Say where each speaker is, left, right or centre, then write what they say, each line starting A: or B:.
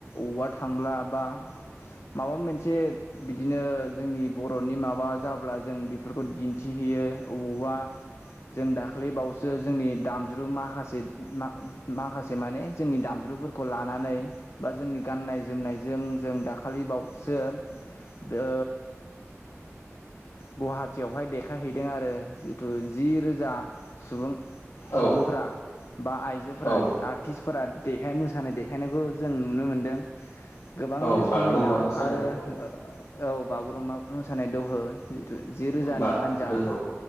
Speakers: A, on the left; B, on the left.
A: ववार्ड थांब्ला बा माबा मोनसे बिदिनो जोंनि बर'नि माबा जाब्ला जों बेफोरखौ दिन्थिहैयो अबावबा जों दाख्लैबावैसो जोंनि दामज्रु माखासे मा-माखासे माने जोंनि दामज्रुफोरखौ लानानै बा जोंनि गाननाय-जोमनायजों जों दा खालि बावसो ओ गुवाहाटियावहाय देखायहैदों आरो जिहेथु जि रोजा सुबुं सुबुंफ्रा
B: औ
A: बा आइजोफोरा
B: औ
A: आर्टिस्ट फोरा देखाय मोसानाय देखायनायखौ जों नुनो मोनदों। गोबाङैनो
B: औ बागुरुम्बा
A: समायना
B: मोसानाय
A: आरो
B: दोहौ
A: औ बागुरुम्बा मोसानाय दोहौ जिथु जि रोजानि
B: बा
A: हान्जा
B: दोहौ